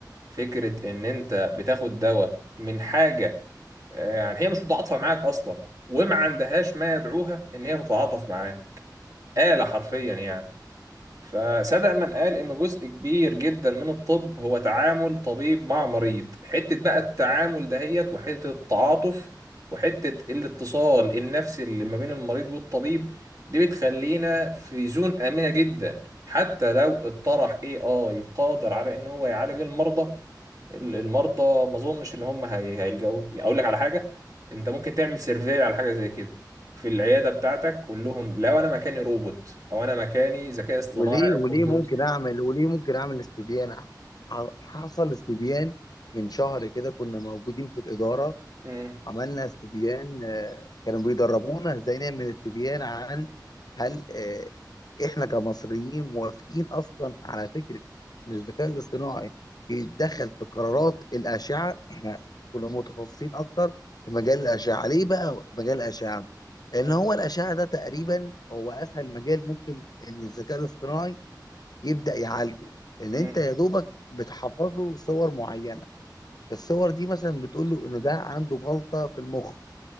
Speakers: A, on the right; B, on the left.
A: فكرة ان انت بتاخد دواء من حاجة آه، يعني هي مش متعاطفة معاك اصلا وما عندهاش ما يدعوها ان هي تتعاطف معاه آلة حرفيا يعني فصدق من قال إن جزء كبير جدا من الطب هو تعامل طبيب مع مريض حتة بقى التعامل دهيت وحتة التعاطف وحتة الاتصال النفسي اللي ما بين المريض والطبيب دي بتخلينا في زون آمنة جدا حتى لو اطرح AI قادر على إن هو يعالج المرضى ال- المرضى ما اظنش ان هم هي- هيلجأوا له. يعني اقول لك على حاجه انت ممكن تعمل سيرفي على حاجه زي كده في العياده بتاعتك قول لهم لو انا مكاني روبوت او انا مكاني ذكاء اصطناعي
B: وليه
A: او
B: وليه
A: كمبيوتر
B: ممكن اعمل وليه ممكن اعمل استبيان ح- حصل استبيان من شهر كده كنا موجودين في الإدارة
A: مم.
B: عملنا استبيان آه، كانوا بيدربونا ازاي نعمل استبيان عن هل آه، احنا كمصريين موافقين اصلا على فكرة ان الذكاء الاصطناعي يتدخل في قرارات الأشعة احنا كنا متخصصين اكتر في مجال الأشعة ليه بقى مجال الأشعة؟ لأن
A: مم.
B: هو الأشعة ده تقريبا هو أسهل مجال ممكن إن الذكاء الاصطناعي يبدأ يعالجه لان
A: مم.
B: انت يا دوبك بتحفظ له صور معينه الصور دي مثلا بتقول له انه ده عنده جلطه في المخ